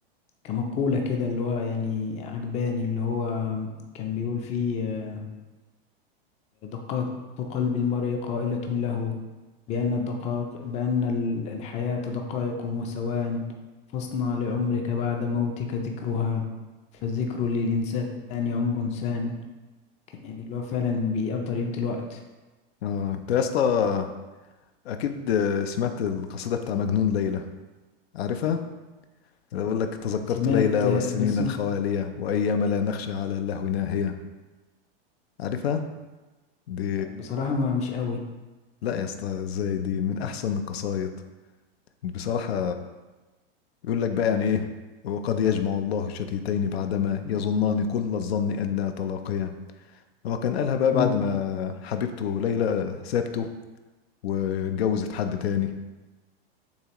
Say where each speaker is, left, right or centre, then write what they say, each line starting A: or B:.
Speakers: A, on the left; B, on the left.
A: كمقولة كده اللي هو يعني عجباني اللي هو كان بيقول فيه آه، دقات قلب المرء قائلة له بأن الدقائق بأن ال- الحياة دقائق وثوان فاصنع لعمرك بعد موتك ذكرها فالذكر للإنسان عمر سان كان يعني اللي هو فعلا بيقدر قيمة الوقت
B: آه أنت يا اسطى أكيد آه، سمعت القصيدة بتاع مجنون ليلى عارفها؟ أنا بقول لك تذكرت
A: سمعت
B: ليلى والسنين
A: آه، بس
B: الخوالية وأيام لا نخشى على اللهو ناهية عارفها؟ دي
A: بصراحة ما مش قوي
B: لا يا اسطى ازاي دي من أحسن القصايد بصراحة يقول لك بقى يعني إيه وقد يجمع الله الشتيتين بعدما يظنان كل الظن ألا تلاقيا هو كان قالها بقى
A: مم.
B: بعد ما حبيبته ليلى سابته واتجوزت حد تاني